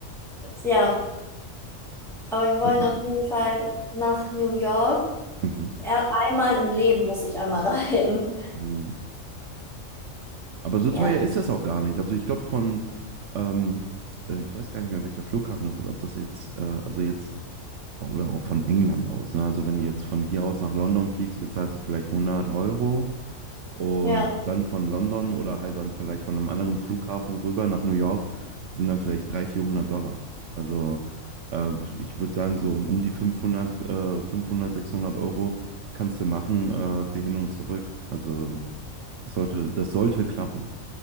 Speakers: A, in the centre; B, on the right.
A: Ja, aber wir wollen
B: okay.
A: auf jeden Fall nach New York.
B: Mhm.
A: Er- Einmal im Leben muss ich einmal <laughs> dahin.
B: Mhm. Aber so
A: Ja,
B: teuer ist das auch gar nicht. Also ich glaube von, ähm, äh, ich weiß gar nicht mehr, welcher Flughafen das ist, ob das jetzt, äh, also jetzt, oder auch von England aus, ne? Also wenn du jetzt von hier aus nach London fliegst, bezahlst du vielleicht 100 Euro. Und
A: ja,
B: dann von London oder halt dann vielleicht von einem anderen Flughafen rüber nach New York sind dann vielleicht 300, 400 Dollar. Also äh, ich würde sagen, so um die 500 äh, 500, 600 Euro kannst du machen äh, für hin und zurück. Also das sollte, das sollte klappen.